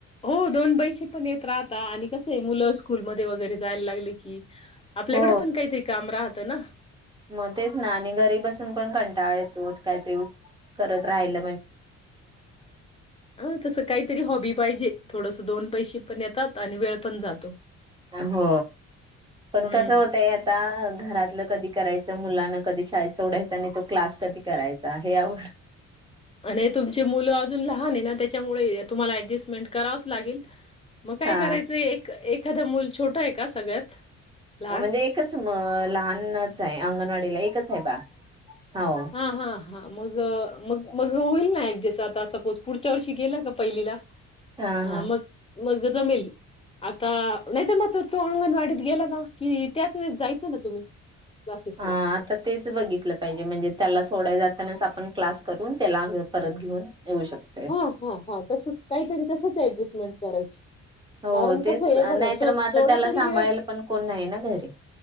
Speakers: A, on the left (about 20°); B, on the right (about 15°).
A: हो दोन पैसे पण येत राहता आणि कस आहे मुलं स्कूलमध्ये वगैरे जायला लागली की आपल्याकडे
B: हो
A: पण काहीतरी काम राहतं ना
B: म तेच ना आणि घरी बसून पण कं टाळ येतो कायतरी करत राहिल
A: हा तस काहीतरी हॉबी पाहिजे. थोडंसं दोन पैसे पण येतात आणि वेळ पण जातो
B: हो पण
A: हम्म
B: कस होतय आता घरातलं कधी करायचं मुलांना कधी शाळेत सोडायंच आणि क्लास कधी करायचा हे आवर
A: आणि तुमचे मुलं अजून लहान आहे ना त्याच्यामुळ तुमला ॲजस्टमेंट करावच लागेल. मग काय
B: हा
A: करायचंय एक एक एखाद मूल छोटं आहे का सगळ्यात? लहान
B: म्हणजे एकच म लहानचं आहे अंगणवाडीला एकच आहे बाळ हो
A: हां, हां, हां. मग अ, मग मग होईल ना जसं आता सपोज पुढच्या वर्षी गेलं का पहिलीला
B: हा
A: आ
B: हा
A: म मग जमेल आता नाहीतर म त तो अंगणवाडीत गेला ना कि त्याच वेळेस जायचं ना तुम्ही क्लासेसला.
B: हा आता तेच बघितलं पाहिजे म्हणजे त्याला सोडाय जात ना आपण क्लास करून त्याला परत घेऊन येऊ शकतोयस.
A: हा हा हा तसच काहीतरी तसच ऍडजस्टमेंट करायची
B: हो
A: कारण कस
B: तेच
A: आहे बघा
B: नाहीतर
A: सो
B: मग आता
A: थोडा
B: त्याला
A: तरी
B: सांभाळायला
A: वेळ
B: पण कोण नाही ना घरी.